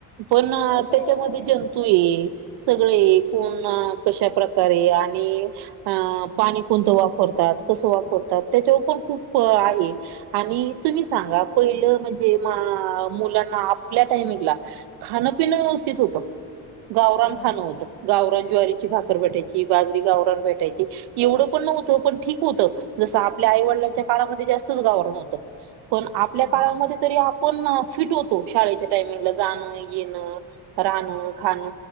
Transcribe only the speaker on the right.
पण
त्याच्यामध्ये जंतूये. सगळये. कोण, कशा प्रका रे आणि आ पाणी कोणतं वापरतात? कस वापरतात? त्याच्यावर पण खूप प आहे. आणि तुम्ही सांगा. पहिलं म्हणजे मा मुलांना, आपल्या टाइमिंगला. खाणं- पिणं व्यवस्थित होतं. गावरान
खान होतं, गावरान ज्वारीची
भाकरपट्याची ची बाजरी गावरान भेटायची एवढं पण नव्हतं पण ठीक होतं जस आपल्या आईवडिलांच्या काळामध्ये जास्तच गावरान होत पण आपल्या
काळामध्ये आपण फिट होतो शाळेच्या टायमिंगला जान-येन रा अ खान